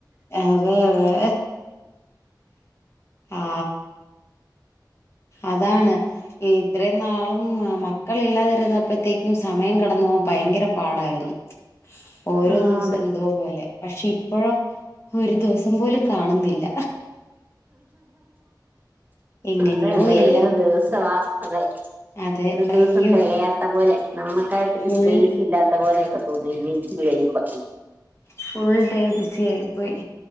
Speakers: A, on the left (about 35°); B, on the right (about 25°).
A: അതെ അതെ ആ അതാണ് ഇത്രയും നാളും മക്കൾ ഇില്ലാതിരുന്നപ്പഴ്ത്തേക്കും സമയം കടന്നു പോവാൻ ഭയങ്കര പാടായിരുന്നു ഓരോ
B: ആ
A: ദിവസം
B: അതെ
A: എന്തോ പോലെ പക്ഷെ ഇപ്പഴോ ഒരു ദിവസം പോലും കാണുന്നില്ല എങ്ങനെയോ
B: അതെ അതെ
A: എല്ലാം
B: ഏത് ദിവസവാ അതെ
A: അതെ
B: ഒരു ദിവസം
A: അയ്യോ
B: തെകയാത്ത പോലെ നമ്മക്കായിട്ടൊരു
A: ഫുൾ
B: സ്പേസ് ഇല്ലാത്ത പോലെയൊക്കെ നീ നീച്ച് കഴിമ്പം
A: ഫുൾ ഡേ ബിസി ആയി പോയി